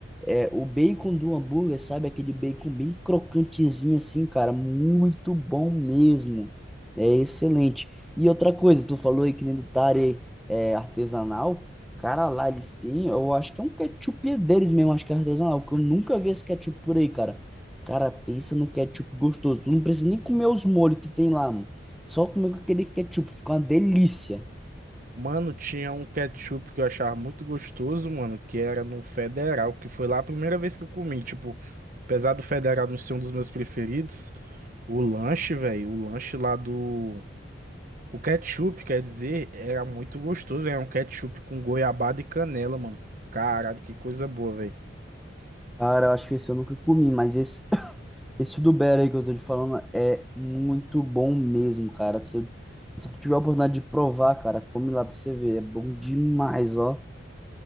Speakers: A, in the centre; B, on the right.
A: É, o bacon do hambúrguer, sabe? Aquele bacon bem crocantezinho assim, cara. Muito bom mesmo. É excelente. E outra coisa, tu falou aí que nem do tare é, artesanal. Cara, lá eles têm, eu acho que é um ketchup deles mesmo, acho que é artesanal, porque eu nunca vi esse ketchup por aí, cara. Cara, pensa no ketchup gostoso. Tu não precisa nem comer os molhos que tem lá, mano. Só comer com aquele ketchup, fica uma delícia.
B: Mano, tinha um ketchup que eu achava muito gostoso, mano, que era no Federal, que foi lá a primeira vez que eu comi. Tipo, apesar do Federal não ser um dos meus preferidos, o lanche, velho, o lanche lá do. O ketchup, quer dizer, era muito gostoso. Era um ketchup com goiabada e canela, mano. Caralho, que coisa boa, velho.
A: Cara, eu acho que esse eu nunca comi, mas esse Esse do Bear aí que eu tô te falando é muito bom mesmo, cara. Se, se tu tiver a oportunidade de provar, cara, come lá pra você ver. É bom demais, ó.